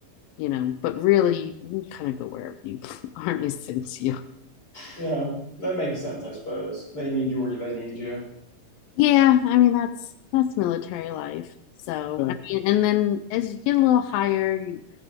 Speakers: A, on the left (about 85°); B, on the left (about 20°).
A: you know. But really, you kind of go wherever the army sends <laughs> you.
B: Yeah, that makes sense, I suppose. They need you or they need you.
A: Yeah, I mean that's that's military life. So mm. I Yeah. mean, and then as you get a little higher, you,